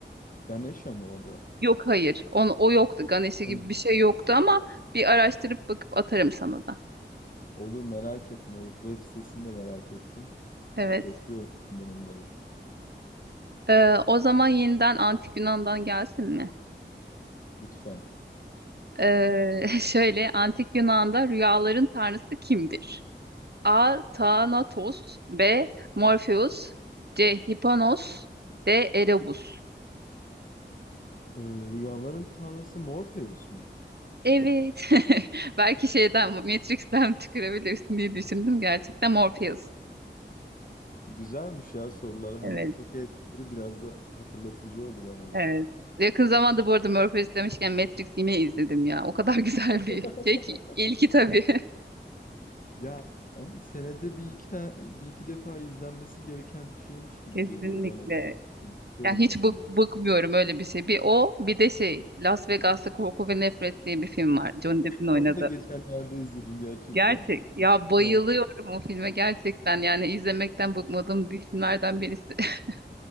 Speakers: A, on the left; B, on the right.
A: Ganesha mı o da?
B: Yok hayır. On, o yoktu. Ganesha gibi
A: Hı.
B: bir şey yoktu ama bir araştırıp bakıp atarım sana da.
A: Olur merak ettim. O web sitesini de merak ettim.
B: Evet.
A: Bekliyorum senden onları.
B: E, o zaman yeniden Antik Yunan'dan gelsin mi?
A: Lütfen.
B: Ee, <laughs> şöyle antik Yunan'da rüyaların tanrısı kimdir? A. Thanatos B. Morpheus C. Hipanos D. Erebus
A: Ee, rüyaların tanrısı Morpheus mu?
B: Evet. <laughs> Belki şeyden Matrix'ten <laughs> tükürebilirsin diye düşündüm. Gerçekten Morpheus.
A: Güzelmiş ya sorular.
B: Evet,
A: Hem çok eğlenceli biraz da hatırlatıcı oldu bana
B: evet.
A: da.
B: Yakın zamanda bu arada Morpheus demişken Matrix yine izledim ya. O kadar <laughs> güzel bir
A: <laughs>
B: şey ki. İlki tabii.
A: Ya abi senede bir iki tane bir iki defa izlenmesi gereken bir şeymiş
B: <laughs>
A: gibi
B: Kesinlikle.
A: geliyor bana. Bakıyorum
B: Ya hiç
A: ben
B: bık,
A: de.
B: bıkmıyorum öyle bir şey. Bir o bir de şey Las Vegas'ta Korku ve Nefret diye bir film var. Johnny Depp'in oynadığı.
A: Onu da geçenlerde izledim gerçekten.
B: Gerçek. Ya bayılıyorum
A: Evet,
B: o filme gerçekten. Yani izlemekten bıkmadığım bir filmlerden birisi. <laughs>